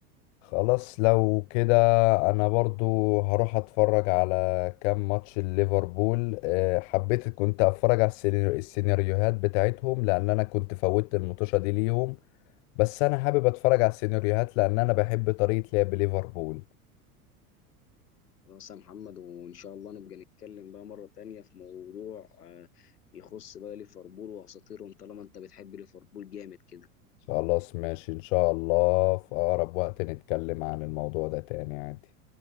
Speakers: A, on the left (about 55°); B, on the left (about 80°).
A: خلاص لو كده انا برضو هروح اتفرج على كام ماتش ليفربول آه، حبيت كنت اتفرج على السيناريو- السيناريوهات بتاعتهم لان انا كنت فوتت المطوشة دي ليهم بس انا حابب اتفرج على السيناريوهات لان انا بحب طريقة لعب ليفربول
B: خلاص يا محمد وان شاء الله نبقى نتكلم بقى مره تانية في موضوع آه، يخص بقى ليفربول واساطيرهم طالما انت بتحب ليفربول جامد كده
A: خلاص ماشي ان شاء الله في اقرب وقت نتكلم عن الموضوع ده تاني عادي